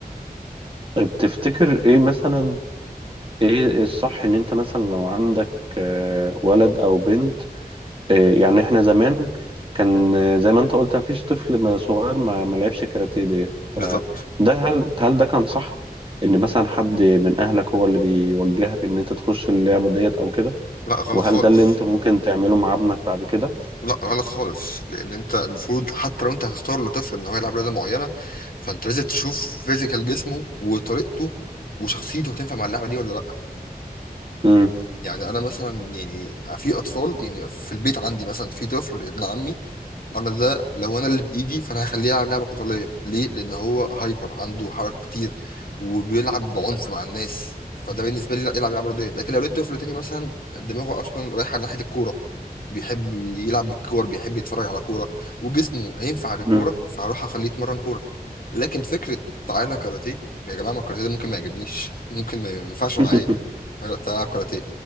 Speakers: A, on the right (about 35°); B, on the left (about 65°).
A: طيب تفتكر ايه مثلا ايه الصح ان انت مثلا لو عندك آه، ولد او بنت آه، يعني احنا زمان كان آه، زي ما انت قلت مفيش طفل ما- صغير ما ما لعبش كاراتيه ديت فده
B: بالظبط
A: هل هل ده كان صح ان مثلا حد من اهلك هو اللي بيوجهك ان انت تخش اللعبة ديت او كده
B: لا غلط
A: وهل
B: خالص
A: ده اللي انت ممكن تعمله مع ابنك بعد كده
B: لا غلط خالص لان انت المفروض حتى لو انت هتختار لطفل ان هو يلعب رياضة معينة فانت لازم تشوف فيزيكال جسمه وطريقته وشخصيته هتنفع مع اللعبة دي ولا لا
A: امم
B: يعني انا مثلا يعني في اطفال يعني في البيت عندي مثلا في طفل ابن عمي انا ده لو انا اللي بايدي فانا هخليه يلعب لعبه قتاليه ليه لان هو هايبر عنده حركه كتير وبيلعب بعنف مع الناس فده بالنسبه لي لا، يلعب لعبه رياضيه لكن لو لقيت طفل تاني مثلا دماغه اصلا رايحه ناحيه الكوره بيحب يلعب بالكور بيحب يتفرج على كوره وجسمه هينفع للكوره
A: امم
B: فهروح اخليه يتمرن كوره لكن فكره تعالى كاراتيه يا جماعه ما الكاراتيه ده ممكن ما يعجبنيش ممكن ما ينفعش
A: <laughs>
B: معايا أنا لا، تلعب كاراتيه